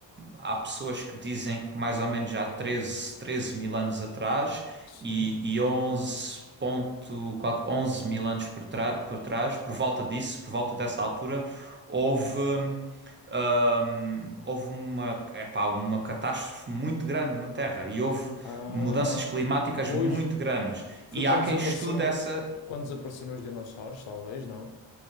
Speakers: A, on the right; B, on the left.
A: há pessoas que dizem que mais ou menos já há 13 13 mil anos atrás
B: sim.
A: e, e 11 ponto, qual- 11 mil anos por, trás por trás, por volta disso, por volta dessa altura, houve Ahm, houve uma, epá, uma catástrofe muito grande na Terra e houve
B: Ah,
A: mudanças climáticas
B: pois,
A: muito grandes.
B: foi
A: E
B: quando
A: há quem
B: desapareceram,
A: estude essa.
B: quando desapareceram os dinossauros, talvez, não?